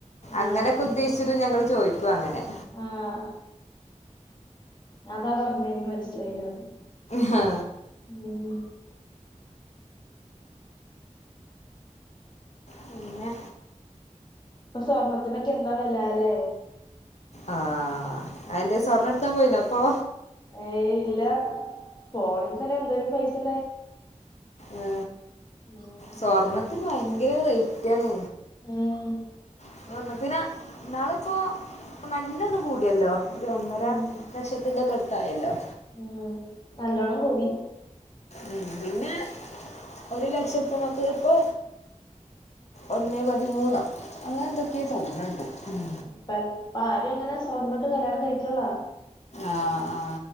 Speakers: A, on the left; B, on the left.
A: അങ്ങനെക്കെ
B: ആഹ്
A: ഉദ്ദേശ് ചിട്ട് ഞങ്ങെള് ചോയ്ക്കും അങ്ങെനെ
B: ആഹ് അതാ പർഞ്ഞേ എനിക്ക് മൻസ്സ്ലായ്ല്ലാന്ന്
A: ഹാ
B: <unintelligible>
A: പിന്നെ
B: ഇപ്പം സ്വർണ്ണത്തിനൊക്കെ എന്താ വെലാ ലേ
A: ആഹ് അതെന്തേ സ്വർണട്ക്കാൻ പോയീന്നോപ്പൊ
B: ഏയ് ഇല്ലാ പോണെങ്കി തന്നെ എന്തോരു പൈസ്
A: ഏ
B: <unintelligible>
A: സ്വർണ്ണത്തിന് ഭയെങ്കെരെ റെയ്റ്റാണ്
B: ഉം
A: സ്വർണത്തിന് ഇന്നാള്പ്പോ നല്ലാെന്ന് കൂട്യല്ലോ ഒര് ഒന്നര
B: ഉം
A: ലക്ഷത്തിന്റെക്കെ അട്ത്തായല്ലോ
B: ഉം നല്ലോണം കൂടി
A: ഉം പിന്നെ ഒര് ലക്ഷത്ത്മ്മക്ക് ഇപ്പൊ ഒന്നേ പതിമൂന്നോ അങ്ങെനെന്തൊക്കേ തോൺണ്ട് ഉം
B: പ്പെ ഇപ്പ ആരും ങ്ങെനെ സ്വർണട്ട് കല്യാണം കഴിക്കണ്ള്ള
A: ആഹ് ആഹ്